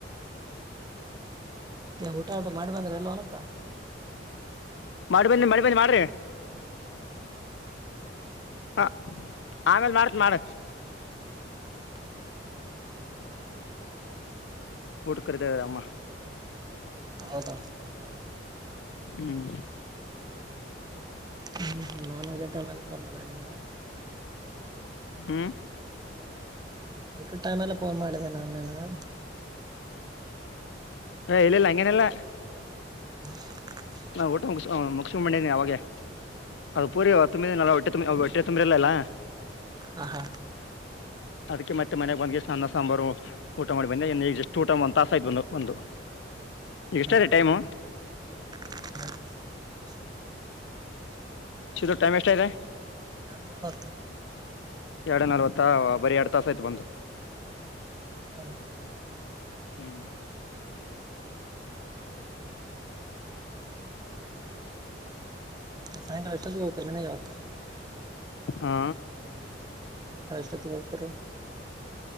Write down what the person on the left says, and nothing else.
ಮಾಡಿ ಬನ್ನಿ ಮಾಡಿ ಬನ್ನಿ ಮಾಡ್ರಿ ಹ ಆಮೇಲ್ ಮಾಡತ್ ಮಾಡ
ಊಟ್ ಕರ್ತೇದ್ರಮ್ಮ
ಹ್ಮ್
ಹ್ಮ್
ಹ ಇಲ್ಲಲ್ಲ ಅಂಗೆನಿಲ್ಲ
ಹಾ ಊಟ ಮುಗಿಸ ಮುಗಿಸ ಮಂಡಿನನಿ ಯಾವಾಗೆ ಅದು ಪೂರಿ ತುಂಬಿದನ ಹೊಟ್ಟೆ ತುಂಬಿ ಹೊಟ್ಟೆ ತುಂಬಿರ್ಲಿಲ್ಲ
ಅದಕ್ಕೆ ಮತ್ತೆ ಮನೆಗ ಬಂದ್ ಅನ್ನ ಸಾಂಬಾರು ಊಟ ಮಾಡಿ ಬಂದೆಗ ಜಸ್ಟ್ ಊಟ ಒಂದ ತಾಸ ಆಯ್ ಒ ಒಂದು
ಎಷ್ಟ ರೀ ಟೈಮು
ಸಿದ ಟೈಮ್ ಎಷ್ಟ ಇದೆ
ಎರಡು ನಲ್ವತ್ತ ಬರಿ ಎರಡು ತಾಸ ಆಯ್ತು ಬಂದು
ಹ್ಮ್
ಹಾ